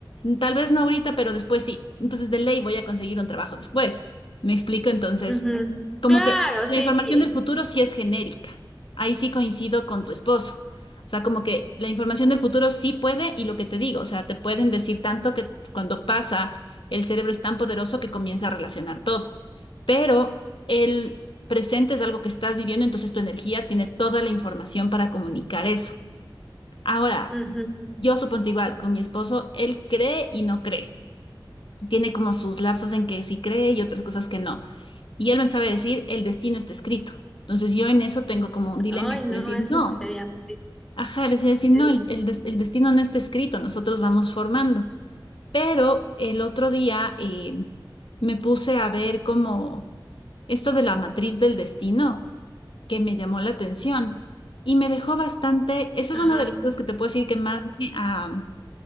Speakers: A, on the left; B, in the centre.
A: Tal vez no ahorita, pero después sí. Entonces, de ley voy a conseguir un trabajo después. ¿Me explico? Entonces,
B: Ujú.
A: como
B: Claro,
A: que la
B: sí,
A: información
B: sí.
A: del futuro sí es genérica. Ahí sí coincido con tu esposo. O sea, como que la información del futuro sí puede y lo que te digo, o sea, te pueden decir tanto que cuando pasa, el cerebro es tan poderoso que comienza a relacionar todo. Pero el presente es algo que estás viviendo, entonces tu energía tiene toda la información para comunicar eso. Ahora,
B: Ujú.
A: yo supongo igual, con mi esposo, él cree y no cree. Tiene como sus lapsos en que sí cree y otras cosas que no. Y él me sabe decir, el destino está escrito. Entonces yo en eso tengo como un dilema
B: Ay,
A: de
B: no,
A: decir,
B: eso
A: no,
B: sería. muy
A: ajá, le decía decir, no,
B: triste.
A: el, el des- el destino no está escrito, nosotros vamos formando. Pero el otro día eh, me puse a ver como esto de la matriz del destino, que me llamó la atención y me dejó bastante, esa
B: Ajá.
A: es una de las cosas que te puedo decir que más me, ah,